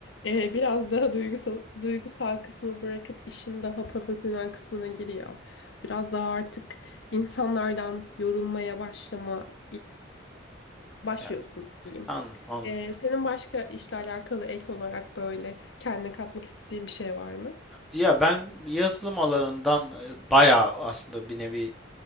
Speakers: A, on the left (about 70°); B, in the centre.
A: e, biraz daha duygusal, duygusal kısmı bırakıp işin daha profesyonel kısmına giriyor. Biraz daha artık insanlardan yorulmaya başlamaya başlıyorsun
B: Yani
A: diyeyim.
B: anladım, anladım.
A: E, senin başka işle alakalı ek olarak böyle kendine katmak istediğin bir şey var mı?
B: Ya ben yazılım alanından e, bayağı aslında bir nevi